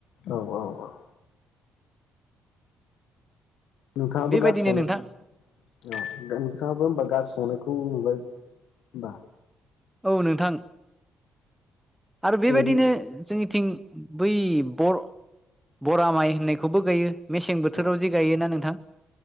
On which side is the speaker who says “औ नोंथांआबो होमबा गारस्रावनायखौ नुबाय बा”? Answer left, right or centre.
Left